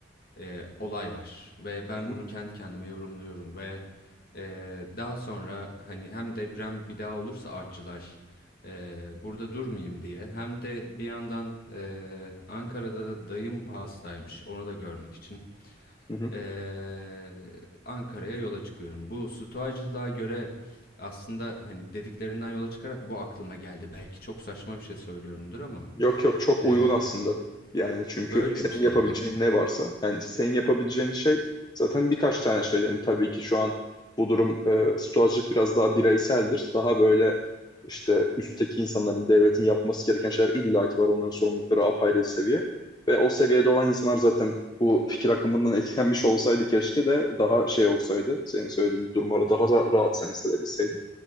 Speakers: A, on the left (about 55°); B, on the left (about 20°).
A: eee, olay var ve ben
B: hı,
A: bunu kendi kendime yorumluyorum ve, eee, daha sonra, hani, hem deprem bir daha olursa artçılar, eee, burada durmayayım diye hem de bir yandan, eee, Ankara'da da dayım hastaymış, onu da görmek için
B: hı hı.
A: eee, Ankara'ya yola çıkıyorum. Bu stoacılığa göre aslında hani dediklerinden yola çıkarak bu aklıma geldi. Belki çok saçma bir şey söylüyorumdur ama
B: Yok yok çok
A: eee,
B: uygun aslında. Yani çünkü
A: böyle
B: senin
A: bir şey
B: yapabileceğin
A: mi?
B: ne varsa yani senin yapabileceğin şey zaten birkaç tane şey. Yani tabii ki şu an bu durum e, stoacılık biraz daha bireyseldir. Daha böyle işte üstteki insanların, devletin yapması gereken şeyler illaki var. Onların sorumlulukları apayrı bir seviye. Ve o seviyede olan insanlar zaten bu fikir akımından etkilenmiş olsaydı keşke de daha şey olsaydı. Senin söylediğin gibi durumları daha ra- rahat sen hissedebilseydin.